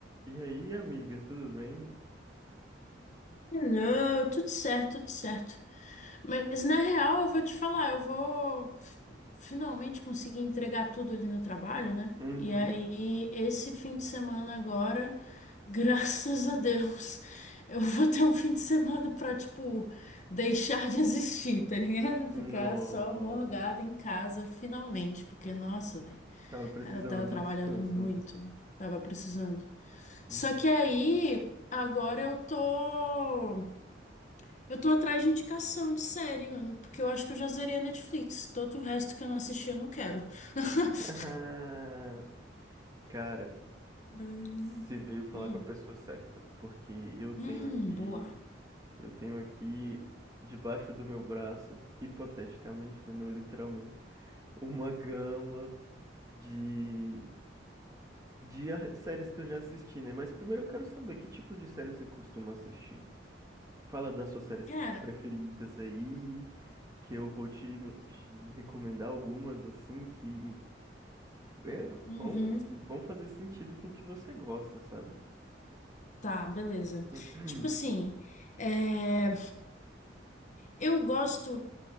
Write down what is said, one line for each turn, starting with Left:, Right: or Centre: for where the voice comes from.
Right: E aí, amiga, tudo bem?
Left: Não, tudo certo, tudo certo. Mas na real, eu vou te falar, eu vou f- finalmente conseguir entregar tudo ali no trabalho, né?
Right: Uhum.
Left: E aí, esse fim de semana agora, <laughs> graças a Deus, eu vou ter um fim de semana pra, tipo, deixar de existir, tá ligado? <laughs> Ficar
Right: Nossa,
Left: só morgada em casa, finalmente, porque, nossa, velho,
Right: tava precisando
Left: cara, eu tava
Right: do
Left: trabalhando
Right: descanso,
Left: muito,
Right: né?
Left: tava precisando.
Right: Uhum.
Left: Só que aí,
Right: <laughs>
Left: agora eu tô. Eu tô atrás de indicação de série, mano, porque eu acho que eu já zerei a Netflix. Todo o resto que eu não assisti, eu não quero. <laughs>
Right: Ah, Cara,
Left: Hum,
Right: você veio falar
Left: hum,
Right: com a pessoa certa, porque eu tenho
Left: hum,
Right: aqui,
Left: boa.
Right: eu tenho aqui debaixo do meu braço, hipoteticamente, né, não literalmente, uma gama de de ar- séries que eu já assisti, né? Mas primeiro eu quero saber que tipo de série você costuma assistir. Fala das suas séries
Left: Cara.
Right: preferidas aí. que eu vou te, me- te recomendar algumas assim que é,
Left: Uhum,
Right: vão, vão fazer sentido com o que você gosta, sabe?
Left: tá, beleza.
Right: <clears throat>
Left: Tipo assim, é, eu gosto.